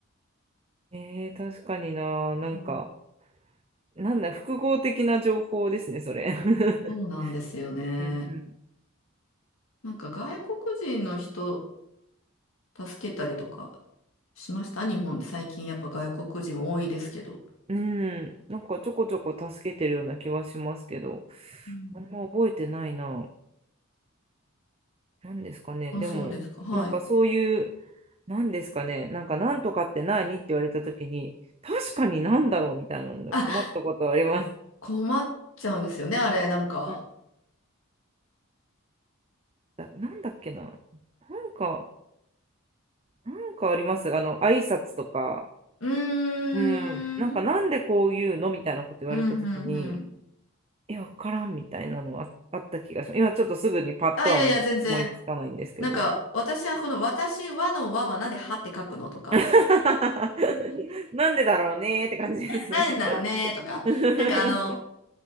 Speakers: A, on the right; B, on the left.
A: ええ確かにな、なんか、
B: うん。
A: なんだ、複合的な情報ですね、それ。<laughs>
B: そうなんですよね。
A: うんうん。
B: なんか外国人の人助けたりとかしました日本で最近やっぱ外国人多いですけど。
A: <laughs> うん、なんかちょこちょこ助けてるような気はしますけど、
B: うん
A: あんま覚えてないな。なんですかね。
B: あ、
A: でも、
B: そうですか。はい。
A: なんかそういう、なんですかね。なんか、なんとかって何って言われたときに、確かになんだろうみたいなので困ったことはあります。
B: あ、困っちゃうんですよね、あれ。なんか。
A: うんだ、なんだっけな。なんか、なんかあります。あの、挨拶とか。
B: うーん。
A: うん、なんかなんでこういうのみたいなこと言われたときに、
B: うん、うん、うん。
A: え、わからんみたいなのあ、あった気がします。今ちょっとすぐにパッとは思い、
B: あ、いやいや、全然。
A: 思いつかないんですけど。
B: なんか、私はこの、私はの和はなんではって書くのとか、
A: <laughs> なんでだろうねーって感じですね
B: なんでだろうねとか、
A: <laughs>
B: なんかあの、